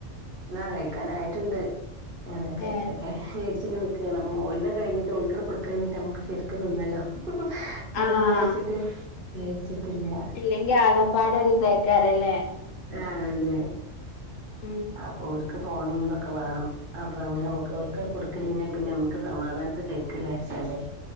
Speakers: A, on the right; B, on the left.
A: ആഹ് കഴിക്കാനായിട്ടുണ്ട് ഞാം വേം കഴിക്കട്ടെ.
B: ഏഹ്
A: ചേടിച്ച്ങ്ങനെ നിക്കാണ് അപ്പം ഓലത് കഴിഞ്ഞിട്ട്ഓല്ക്ക് കൊടുക്കലയിഞ്ഞിട്ട് ഞമ്മക്ക് ശെരിക്ക് തിന്നല്ലോ അത്
B: ആഹ്
A: വിചാരിച്ചിട്ട് കയിച്ചിട്ടില്ല
B: ഇല്ലെങ്കി ആകെപ്പാടെ ഒരു ഇതേക്കാരല്ലേ
A: ആഹ് അതെ
B: ഉം ഉം
A: അപ്പൊ ഓൽക്ക് ഫോണും തൊക്കെ വേണം അപ്പൊ അങ്ങനെ ഓക് ഒൽക്കങ്ങട് കൊടുക്കല് കഴിഞ്ഞാ പിന്നെ നമക്ക് സമാധാനതില് കഴിക്കജാരിച്ചാണ്ട്